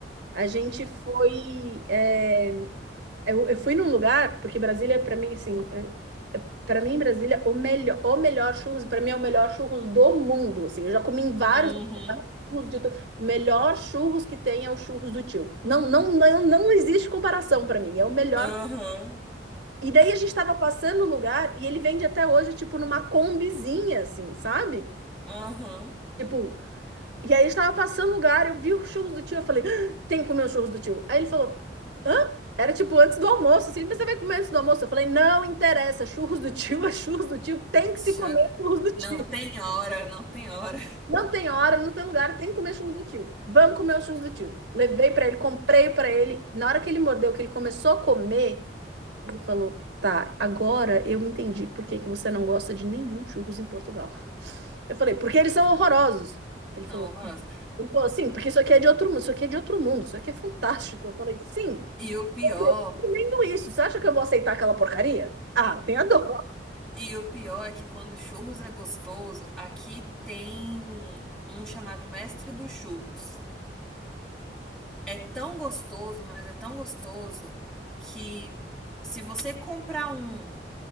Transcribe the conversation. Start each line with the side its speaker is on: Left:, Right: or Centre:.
Right: a gente foi. é, Eu, eu fui num lugar, porque Brasília, pra mim, assim, é, pra mim, Brasília, o melhor, o melhor churros, pra mim é o melhor churros do mundo. Assim, eu já comi em vários
Centre: Uhum,
Right: churros de. to- O melhor churros que tem é o churros do tio. Não, não, não, não existe comparação pra mim. É o melhor
Centre: aham,
Right: e daí a gente tava passando o lugar e ele vende até hoje, tipo, numa combizinha, assim, sabe?
Centre: aham.
Right: Tipo, e aí a gente tava passando o lugar, eu vi os churros do tio, eu falei, "Ah, tem que comer os churros do tio. Aí ele falou, hã? Era tipo antes do almoço, assim, mas você vai comer antes do almoço? Eu falei, não interessa, churros do tio é churros do tio, tem que
Centre: Chu-
Right: se comer churros do tio.
Centre: Não tem hora, não tem hora.
Right: Não tem hora, não tem lugar, tem que comer churros do tio. Vamos comer os churros do tio. Levei pra ele, comprei pra ele. Na hora que ele mordeu, que ele começou a comer, Ele falou: Tá, agora eu entendi por que que você não gosta de nenhum churros em Portugal. Eu falei: Porque eles são horrorosos. Ele
Centre: São
Right: falou:
Centre: horrorosos.
Right: Sim. Ele falou assim, porque isso aqui é de outro mundo, isso aqui é de outro mundo, isso aqui é fantástico. Eu falei: Sim,
Centre: E o pior
Right: entendo isso. Você acha que eu vou aceitar aquela porcaria? Ah, tem a dor.
Centre: E o pior é que quando churros é gostoso, aqui tem um chamado Mestre dos Churros. É tão gostoso, mas é tão gostoso que se você comprar um